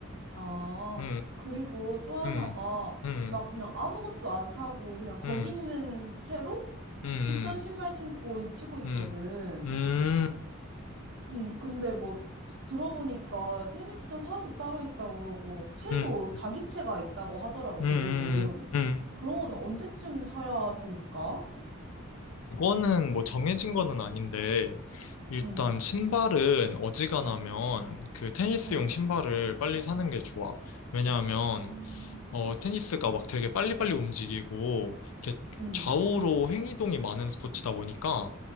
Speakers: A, on the right (about 60°); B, on the left (about 80°).
A: 아,
B: 음,
A: 그리고 또
B: 음,
A: 하나가,
B: 음,
A: 나 그냥 아무것도 안 사고, 그냥 거기
B: 음,
A: 있는 채로
B: 음,
A: 있던 신발 신고 치고 있거든.
B: 음, 음, 음,
A: 음, 근데 뭐 들어보니까 테니스 화도 따로 있다고 그러고 막 채도
B: 음,
A: 자기 채가 있다고 하더라고
B: 음,
A: 대부분.
B: 음. 음.
A: 그런 거는 언제쯤 사야 될까?
B: 그거는 뭐 정해진 거는 아닌데, 일단
A: 음,
B: 신발은 어지간하면 그 테니스용
A: 음,
B: 신발을 빨리 사는 게 좋아. 왜냐하면
A: 음,
B: 어 테니스가 막 되게 빨리빨리 움직이고 이렇게
A: 음,
B: 좌우로 횡이동이 많은 스포츠다 보니까